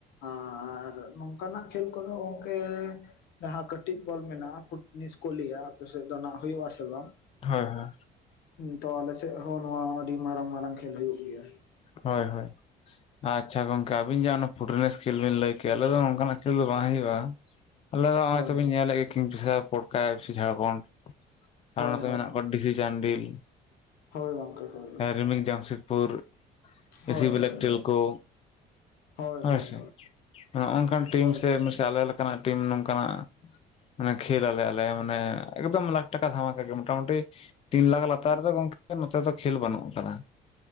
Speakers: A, on the left; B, on the left.
A: ᱟᱨ ᱱᱚᱝᱠᱟᱱᱟᱜ ᱠᱷᱮᱞ ᱠᱚᱫᱚ ᱜᱚᱝᱠᱮ ᱡᱟᱦᱟᱸ ᱠᱟᱹᱴᱤᱡ ᱵᱚᱞ ᱢᱮᱱᱟᱜᱼᱟ ᱯᱷᱩᱴᱱᱤᱥ ᱠᱚ ᱞᱮᱭᱟ ᱟᱯᱮᱥᱮᱫ ᱫᱚ ᱱᱟᱜ ᱦᱩᱭᱩᱜ-ᱟ ᱥᱮ ᱵᱟᱝ?
B: ᱦᱳᱭ ᱦᱳᱭ᱾
A: ᱛᱚ ᱟᱞᱮᱥᱮᱫ ᱦᱚᱸ ᱱᱚᱣᱟ ᱟᱹᱰᱤ ᱢᱟᱨᱟᱝ ᱢᱟᱨᱟᱝ ᱠᱷᱮᱞ ᱦᱩᱭᱩᱜ ᱜᱮᱭᱟ᱾
B: ᱦᱳᱭ ᱦᱳᱭ ᱟᱪᱪᱷᱟ ᱜᱚᱝ- -ᱠᱮ ᱟᱵᱤᱱ ᱡᱟᱦᱟᱸᱟ ᱯᱷᱩᱴᱱᱤᱥ ᱠᱷᱮᱞ ᱵᱤᱱ ᱞᱟᱹᱭ ᱠᱮᱜᱼᱟ ᱟᱞᱮ ᱫᱚ ᱚᱱᱠᱟᱱᱟᱜ ᱠᱷᱮᱞ ᱫᱚ ᱵᱟᱝ ᱦᱩᱭᱩᱜᱼᱟ᱾ ᱟᱞᱮ ᱫᱚ ᱦᱚᱼᱚᱭ
A: ᱦᱳᱭ
B: ᱛᱚ ᱵᱤᱱ
A: ᱦᱳᱭ
B: ᱧᱮᱞᱮᱫ ᱜᱮ ᱠᱤᱝᱯᱤᱥᱟ ᱯᱚᱴᱠᱟ ᱮᱥᱤ ᱡᱷᱟᱲᱠᱷᱚᱱᱰ
A: ᱦᱳᱭ
B: ᱟᱨ ᱱᱚᱛᱮ
A: ᱦᱳᱭ
B: ᱢᱮᱱᱟᱜ ᱠᱚᱣᱟ ᱰᱤᱥᱤᱡᱟᱱᱰᱤᱞ
A: ᱦᱳᱭ ᱜᱚᱝᱠᱮ ᱦᱳᱭ
B: ᱨᱤᱢᱤᱞ ᱡᱟᱢᱥᱮᱫᱽᱯᱩᱨ
A: ᱦᱳᱭ
B: ᱮᱥᱤ
A: ᱦᱳᱭ ᱦᱳᱭ
B: ᱵᱮᱞᱟᱠ
A: ᱦᱳᱭ
B: ᱴᱮᱞ ᱠᱚ
A: ᱦᱳᱭ
B: ᱦᱳᱭᱥᱮ
A: ᱦᱳᱭ
B: ᱱᱚᱜᱼᱚᱝᱠᱟᱱ ᱴᱤᱢ
A: ᱦᱳᱭ
B: ᱥᱮ
A: ᱦᱳᱭ
B: ᱟᱞᱮ ᱞᱮᱠᱟᱱᱟᱜ ᱴᱤᱢ ᱱᱚᱝᱠᱟᱱᱟᱜ ᱢᱟᱱᱮ ᱠᱷᱮᱞ ᱟᱞᱮ ᱢᱟᱱᱮ ᱮᱠᱫᱚᱢ ᱞᱟᱠᱷ ᱴᱟᱠᱟ ᱫᱷᱟᱢᱟᱠᱟ ᱜᱮ ᱢᱚᱴᱟᱢᱩᱴᱤ ᱛᱤᱱ ᱞᱟᱠᱷ ᱞᱟᱛᱟᱨ ᱨᱮᱫᱚ ᱜᱚᱝᱠᱮ ᱱᱚᱛᱮ ᱫᱚ ᱠᱷᱮᱞ ᱵᱟᱹᱱᱩᱜ ᱟᱠᱟᱫᱟ᱾